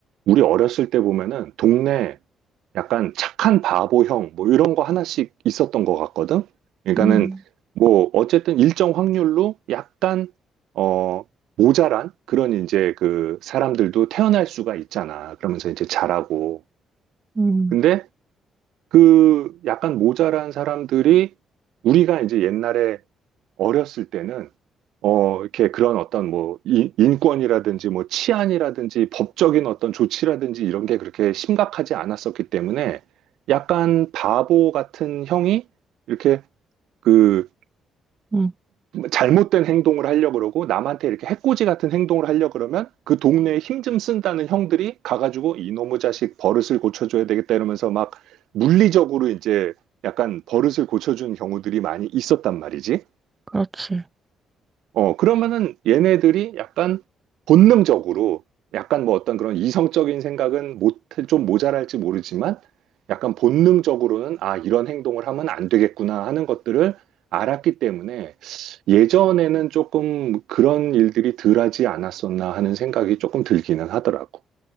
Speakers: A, on the right; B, on the right.
A: 우리 어렸을 때 보면은 동네 약간 착한 바보형 뭐 이런 거 하나씩 있었던 것 같거든. 그러니까는
B: 음,
A: 뭐 어쨌든 일정 확률로 약간 어 모자란 그런 이제 그 사람들도 태어날 수가 있잖아. 그러면서 이제 자라고.
B: 음,
A: 근데 그 약간 모자란 사람들이 우리가 이제 옛날에 어렸을 때는 어, 이렇게 그런 어떤 뭐 인, 인권이라든지 뭐 치안이라든지 법적인 어떤 조치라든지 이런 게 그렇게 심각하지 않았었기 때문에 약간 바보 같은 형이 이렇게 그
B: 음,
A: 잘못된 행동을 하려고 그러고 남한테 이렇게 해코지 같은 행동을 하려고 그러면 그 동네에 힘 좀 쓴다는 형들이 가가지고 이놈의 자식 버릇을 고쳐줘야 되겠다 이러면서 막 물리적으로 이제 약간 버릇을 고쳐준 경우들이 많이 있었단 말이지.
B: 그렇지.
A: 어, 그러면은 얘네들이 약간 본능적으로 약간 뭐 어떤 그런 이성적인 생각은 못, 좀 모자랄지 모르지만 약간 본능적으로는 아, 이런 행동을 하면 안 되겠구나 하는 것들을 알았기 때문에 예전에는 조금 그런 일들이 덜하지 않았었나 하는 생각이 조금 들기는 하더라고.